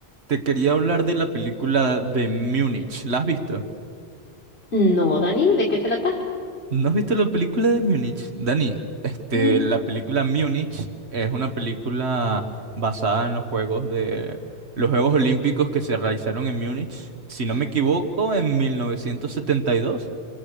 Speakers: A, on the right (about 85°); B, on the left (about 80°).
A: Te quería hablar de la película de Múnich. ¿La has visto?
B: No, Dani, ¿de qué trata?
A: ¿No has visto la película de Múnich? Dani, este,
B: No,
A: la película Múnich es una película basada en los juegos de los Juegos Olímpicos que se realizaron en Múnich, si no me equivoco, en 1972,